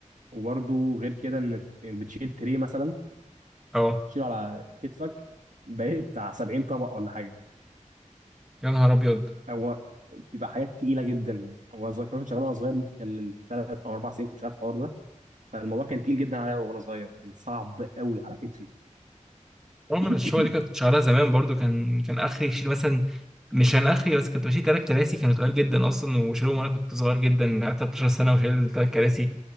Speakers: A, on the right; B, in the centre.
A: وبرده غير كده ان إن بتشيل تري مثلا
B: اه
A: تشيله على كتفك بقيت بتاع 70 طبق ولا حاجه
B: يا نهار ابيض
A: هو بيبقى حاجات تقيله جدا هو زي- كنت شغال وانا صغير ممكن كان من ثلاث او اربع سنين كنت شغال في الحوار ده فالموضوع كان تقيل جدا عليا وانا صغير كان صعب قوي على كتفي
B: رغم
A: <clears throat>
B: ان الشغل دي كانت شغاله زمان برضو كان كان اخري يشيل مثلا مش كان اخري بس كنت بشيل تلات كراسي كانوا تقال جدا اصلا وشيلهم وانا كنت صغير جدا قعدت 13 سنه وشايل تلات كراسي